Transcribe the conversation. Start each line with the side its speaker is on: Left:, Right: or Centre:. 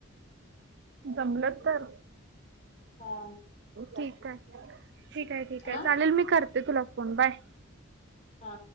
Right: जमल तर
Left: हा
Right: ठीक आहे. ठीक आहे ठीक
Left: आ
Right: आहे चालेल मी करते तुला फोन बाय.
Left: हा.